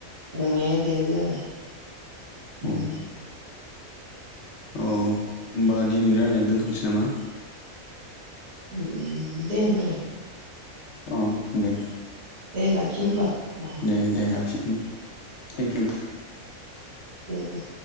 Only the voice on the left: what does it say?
अ
औ होनोमबा दिनैनि रायनायखौ दोनथनोसै नामा
औ दे
दे दे लाखि उम थेंकयु